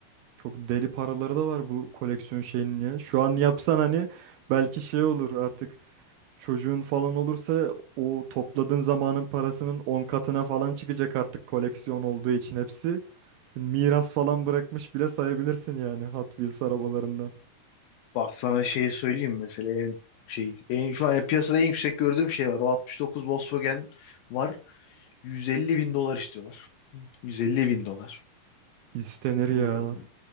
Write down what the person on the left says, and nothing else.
Bak sana şeyi söyleyeyim mesela en şey en şu an piyasada en yüksek gördüğüm şey var. O 69 Volkswagen var. 150 bin dolar istiyorlar. 150 bin dolar.
Bu